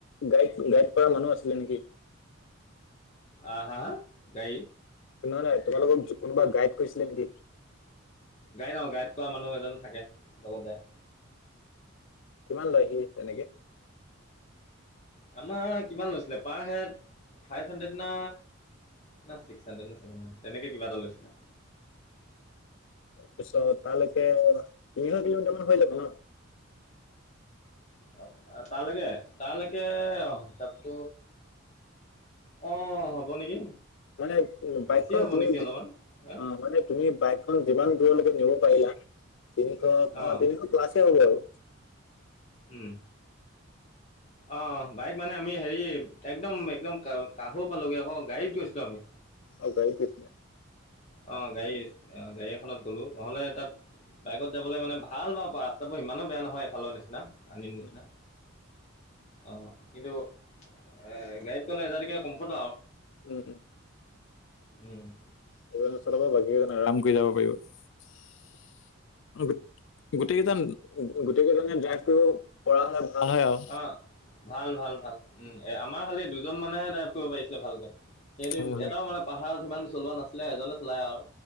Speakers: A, on the left; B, on the left.
A: গাইড- গাইড কৰা মানুহ আছিলে নেকি?
B: আ- হা- গাই?
A: নহয় - নহয়, তোমালোকক যো- কোনোবা গাইড কৰিছিলে নেকি?
B: গাইড- অ'- গাইড কৰোৱা মানুহ এজন থাকে লগতে।
A: কিমান লয় সি তেনেকে?
B: আমাৰ কিমান লৈছিলে? পাৰ হেড - ফাইভ হাণ্ড্ৰেড না, না চিক্স হাণ্ড্ৰেড না ছেভেন হয়, তেনেকে কিবা এটা লৈছিলে।
A: তাৰপিছত তালেকে, তিনিশ কিলোমিটাৰ মান হৈ যাব ন?
B: অ তালেকে, তালেকে অ- ত, অ হ'ব নেকি?
A: মানে
B: বেছি
A: বাইকখন
B: হ'ব
A: তুমি,
B: নেকি অলপমান হা
A: অ মানে তুমি বাইকখন যিমান দূৰলৈকে নিব পাৰিলা। তিনিশ, অ
B: অঁ
A: তিনিশ প্লাছে হব আৰু।
B: উম। অ বাইক মানে আমি হেৰি, একদম একদম কাহো পালোগ ক, গাড়ীত গৈছিলো আমি।
A: অ' গাড়ীত আহিছিলে।
B: অ' গাড়ী আহিছিল অহ' নহ'লে তাত বাইকত যাবলৈ মানে ভাল বাৰু পাৰা, ৰাস্তাবোৰ ইমানো বেয়া নহয় এফালৰ নিচিনা আলিৰ
A: উম
B: নিচিনা। অ' কিন্তু এই গাড়ীত গ'লে আজাটিকে কমফৰ্ট আহ
A: উম।
B: উম।
A: এজনে চলাব লাগেই আৰাম কৰি যাব পাৰিব। অহ' গোটেই কেইজন গোটেই কেইজনে ড্ৰাইভ কৰিব পৰা হয় ভাল হয় আহ
B: অঁ ভাল, ভাল, ভাল উম, আমাৰ খালি দুজন মানেহে ড্ৰাইভ কৰিব পাৰিছিলে ভালকে। সিহঁতে
A: হয় হয়
B: এটাও মানে পাহাৰত সিমান চলোৱা নাছিলে এজনে চলায় আহ